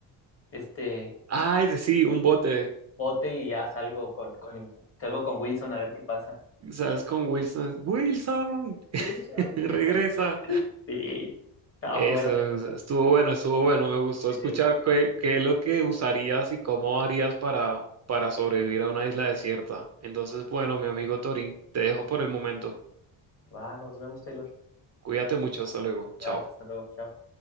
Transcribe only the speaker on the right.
Ah, es sí, un
bote.
Sales con Wilson. Wilson, <laughs>
regresa.
Eso,
eso, estuvo bueno, estuvo bueno. Me gustó
escuchar
qué, qué es lo que usarías y cómo harías para, para sobrevivir a una isla desierta. Entonces, bueno, mi amigo Torín, te dejo por el momento.
Cuídate mucho, hasta luego.
Chao.